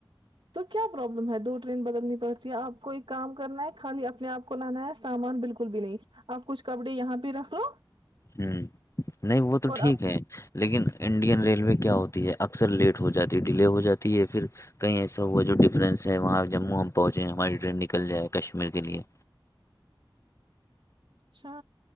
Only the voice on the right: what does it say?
تو کیا پروابلم ہے دور بدلنی پڑتی ہے آپ کو ایک کام کرنا ہے خالی اپنے آپ کو لانا ہے سامان بالکل بھی نہیں آپ کچھ کپڑے یہاں پہ رکھ لو
اور
آپ
اچھا